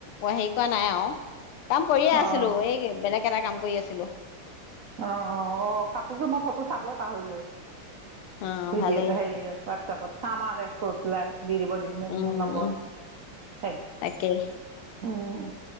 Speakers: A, on the left; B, on the right.
A: অ', হেই কোৱা নাই আৰু। কাম কৰিয়ে আছিলো
B: অ',
A: এই বেলেগ টা কাম কৰি আছিলো।
B: অ', -অ', -', কাপোৰযোৰ মত ফটো চাবই পাহৰিলো।
A: অ
B: স
A: ভালেই
B: দ সে প <unintelligible> চামাৰে কৰি পেলাই দি দিব দিম মোৰ
A: উম
B: মোৰ নম্বৰত
A: উম
B: দেই
A: তাকেই
B: উম